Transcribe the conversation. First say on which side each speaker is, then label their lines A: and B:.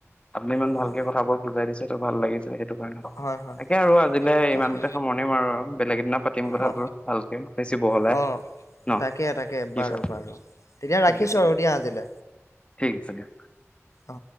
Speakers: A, on the left; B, on the left.
A: আপুনি ইমান
B: হয়
A: ভালকে কথাবোৰ বুজাই দিছে। সেইটো ভাল লাগিছে। এতিয়া
B: হয় হয়
A: আৰু আজিলে
B: তাকে
A: ইমানতে সামৰণি মৰো আৰু বেলেগ এদিনা পাতিম কথাবোৰ
B: অ
A: ভালকে বেছি বহলাই
B: অ
A: ন
B: তাকে তাকে
A: কি
B: বাৰু
A: কোৱা
B: বাৰু তেতিয়া ৰাখিছো
A: ঠিক আছে।
B: আৰু দিয়া আজিলে
A: ঠিক আছে দিয়ক।
B: অ,